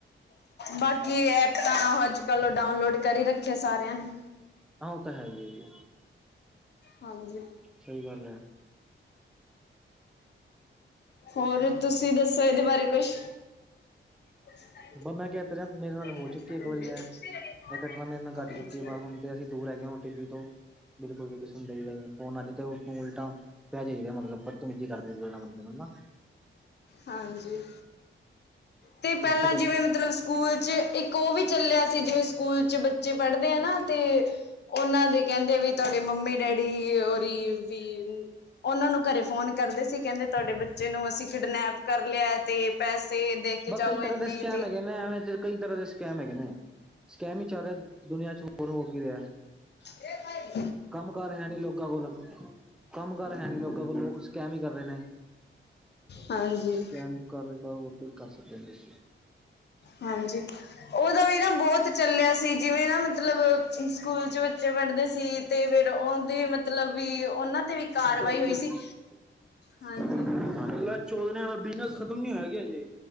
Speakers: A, on the left; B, in the centre.
A: ਬਾਕੀ ਐਪਾ ਅੱਜ-ਕੱਲ ਉਹ ਡਾਊਨਲੋਡ ਕਰੀ ਰੱਖਿਆ ਸਾਰਿਆਂ ਨੇ,
B: ਹਾਂ ਉਹ ਤਾਂ ਹੈ ਹੀ ਆ ਜੀ।
A: ਹਾਂਜੀ।
B: ਸਹੀ ਗੱਲ ਐ।
A: ਹੋਰ ਤੁਸੀਂ ਦੱਸੋ ਇਹਦੇ ਬਾਰੇ ਕੁਛ <unintelligible>
B: ਬ ਮੈਂ ਕਹਿ ਤਾਂ ਰਿਹਾ ਮੇਰੇ ਨਾਲ ਹੋ
A: <unintelligible>
B: ਚੁੱਕੀ ਇੱਕ ਵਾਰੀ ਹੈ ਇਹ ਘਟਨਾ ਮੇਰੇ ਨਾਲ ਘੱਟ ਚੁੱਕੀ ਹੈ ਬਸ ਹੁਣ ਤੇ ਅਸੀਂ ਦੂਰ ਹੈਗੇ ਹਾਂ ਹੁਣ ਟੀ ਵੀ ਤੋਂ ਬਿਲਕੁਲ ਵੀ ਕਿਸੇ ਨੂੰ ਦੇਈਦਾ ਨੀ ਫੋਨ ਅੱਜ ਤੋ ਉਲਟਾ ਪੈ ਜਾਹੀਦਾ, ਮਤਲਬ ਬਤਮੀਜੀ ਕਰਦੇ ਬੰਦੇ ਨੂੰ, ਹਨਾ।
A: ਹਾਂਜੀ, ਤੇ ਪਹਿਲਾਂ
B: ਬਾਕੀ ਬ
A: ਜਿਵੇਂ ਮਤਲਬ ਸਕੂਲ ਚ ਇੱਕ ਉਹ ਵੀ ਚੱਲਿਆ ਸੀ, ਜਿਵੇਂ ਸਕੂਲ ਚ ਬ ਬੱਚੇ ਪੜ੍ਹਦੇ ਆ ਨਾ ਤੇ ਉਹਨਾਂ ਦੇ ਕਹਿੰਦੇ ਆ ਵੀ ਤੁਹਾਡੇ ਮੰਮੀ ਡੈਡੀ ਦੀ ਔ ਰੀ ਵੀ, ਉਹਨਾਂ ਨੂੰ ਘਰੇ ਫੋਨ ਕਰਦੇ ਸੀ, ਕਹਿੰਦੇ ਤੁਹਾਡੇ ਬੱਚੇ ਨੂੰ ਅਸੀਂ ਕਿਡਨੈਪ ਕਰ ਲਿਆ ਤੇ ਪੈਸੇ, ਦੇ ਕੇ
B: ਬ
A: ਜਾਓ
B: ਕਈ ਤਰ੍ਹਾਂ
A: ਇੰਨੇ
B: ਦੇ ਸਕੈਂਮ
A: ਤੇ
B: ਹੈਗੇ ਨੇ ਇੱਧਰ ਕਈ ਤਰ੍ਹਾਂ ਦੇ ਸਕੈਮ ਹੈਗੇ ਨੇ, ਸਕੈਮ ਹੀ ਚੱਲ ਰਿਹਾ ਦੁਨੀਆਂ ਚ ਹੋਰ ਹੋ ਕੀ ਰਿਹਾ।
A: ਇਹ ਬਾਈ,
B: ਕੰਮ ਕਾਰ ਹੈ ਨੀ ਲੋਕਾਂ ਕੋਲ, ਕੰਮ ਕਾਰ ਹੈ ਨੀ ਲੋਕਾਂ ਕੋਲ, ਲੋਕ ਸਕੈਮ ਹੀ ਕਰ ਰਹੇ ਨੇ।
A: ਹਾਂਜੀ
B: ਸਕੈਮ ਕਰ ਰਹੇ ਹੋਰ ਕੀ ਕਰ ਸਕਦੇ ਅਸੀਂ।
A: ਹਾਂਜੀ, ਉਹਦਾ ਵੀ ਨਾ ਬਹੁਤ ਚੱਲ ਗਿਆ ਸੀ, ਜਿਵੇਂ ਨਾ ਮਤਲਬ ਸਕੂਲ ਚ ਬੱਚੇ ਪੜ੍ਹਦੇ ਸੀ ਤੇ ਫੇਰ ਉਹਦੇ ਮਤਲਬ ਵੀ ਉਹਨਾਂ ਤੇ ਵੀ ਕਾਰਵਾਈ
B: ਮ <unintelligible>
A: ਹੋਈ ਸੀ ਹਾਂਜੀ
B: ਕੱਲਾ ਚੋਰਾ ਦਾ ਬਿਜਨਸ ਖ਼ਤਮ ਨੀ ਹੋਇਆ ਕਿ ਹਜੇ।